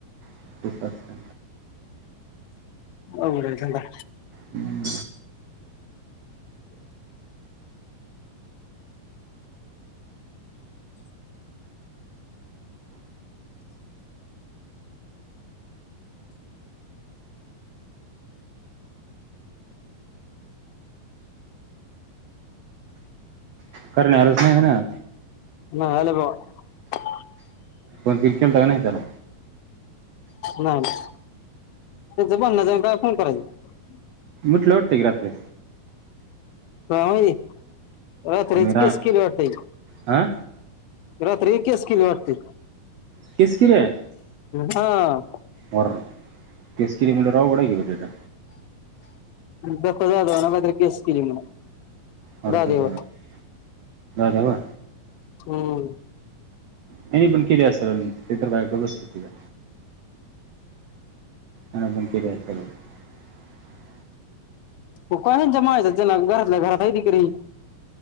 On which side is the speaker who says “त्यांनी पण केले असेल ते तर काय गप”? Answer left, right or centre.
Right